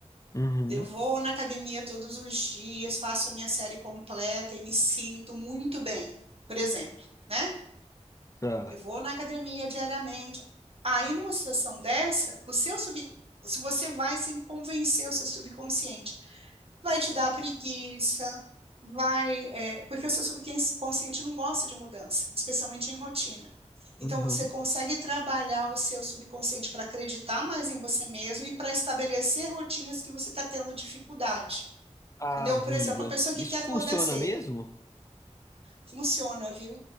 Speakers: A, on the left; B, on the right.
A: uhum,
B: Eu vou na academia todos os dias, faço a minha série completa e me sinto muito bem, por exemplo, né?
A: tá.
B: Eu vou na academia diariamente. Aí, numa situação dessa, o seu sub... se você vai sem convencer o seu subconsciente, vai te dar preguiça, vai. é, Porque o seu subconsciente não gosta de mudança, especialmente em rotina. Então,
A: Uhum.
B: você consegue trabalhar o seu subconsciente para acreditar mais em você mesmo e para estabelecer rotinas que você está tendo dificuldade.
A: Ah,
B: Entendeu?
A: amiga,
B: Por exemplo, a pessoa que
A: isso
B: quer acordar
A: funciona
B: cedo.
A: mesmo?
B: Funciona, viu?